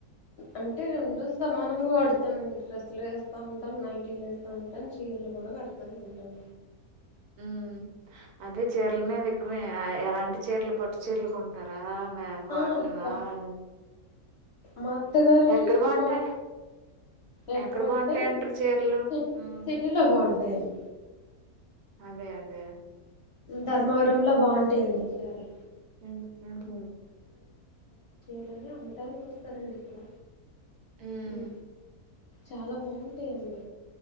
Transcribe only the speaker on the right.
ఉ అదే చీరల మీద ఎక్కువ అ ఎలాంటి చీరలు పట్టు చీరలు కొంటారా మె కాటన్వా
అలా
ఎక్కడ బాగుంటాయి
ఎక్కడ బాగుంటాయి అంటారు చీరలు
ఉమ్
అదే అదే
ఉ ఉహు
ఉమ్